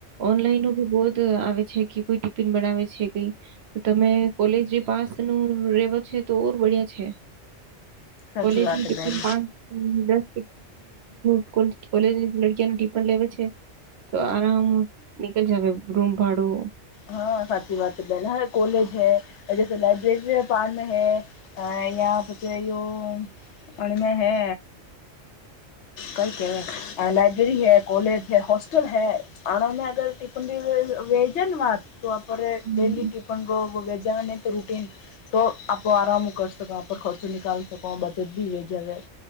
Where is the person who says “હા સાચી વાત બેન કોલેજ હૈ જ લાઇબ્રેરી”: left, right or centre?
Left